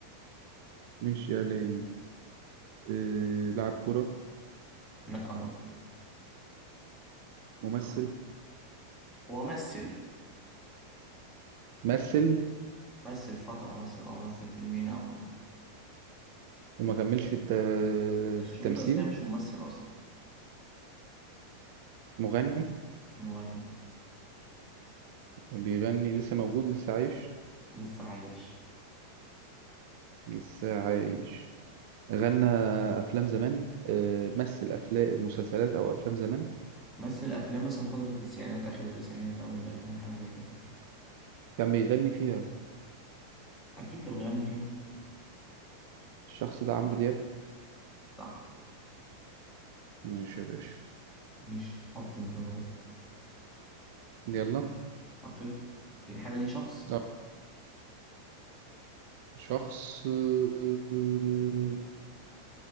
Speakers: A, on the right; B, in the centre.
A: مش إعلامي إيه... لاعب كرة
B: لا غلط
A: ممثل
B: هو مثل
A: مثل
B: مثل فترة مثلا او مثل فيلمين او حاجة
A: وما كملش في الت...
B: بس شريط
A: في التمثيل
B: أساسية مش ممثل اصلا
A: مغني
B: مغني
A: بيغني لسه موجود لسه عايش
B: لسه عايش
A: لسه عايش غنى أفلام زمان إيه... مثل أفلام مسلسلات أو أفلام زمان
B: مثل افلام مثلا فترة التسعينات اخر التسعينات اول الالفينات حاجة زي كده
A: كان بيغني فيها
B: اكيد كان بيغني فيه
A: الشخص ده عمرو دياب
B: صح
A: ماشي يا باشا
B: ماشي حط انت دورك
A: يلا
B: حطيت الحاجة دي شخص
A: اه شخص آه، آه،